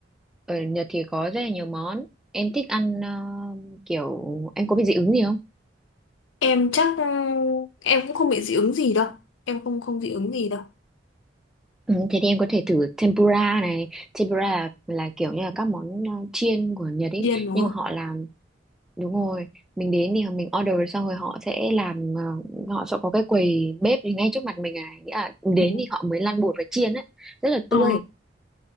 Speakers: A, in the centre; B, on the left.
A: ở Nhật thì có rất là nhiều món em thích ăn ờ, kiểu em có bị dị ứng gì không
B: Em chắc ừ, em cũng không bị dị ứng gì đâu. Em không không dị ứng gì đâu.
A: ừ, thế thì em có thể thử tempura này tempura là, là kiểu như là các món ờ, chiên của Nhật ấy
B: Điên đúng
A: nhưng
B: không?
A: mà họ làm Đúng rồi, mình đến thì mình order xong rồi họ sẽ làm ờ, họ sẽ có cái quầy bếp thì ngay trước mặt mình à, nghĩa là đến
B: Ừ.
A: thì họ mới lăn bột và chiên ấy, rất là
B: Ờ.
A: tươi.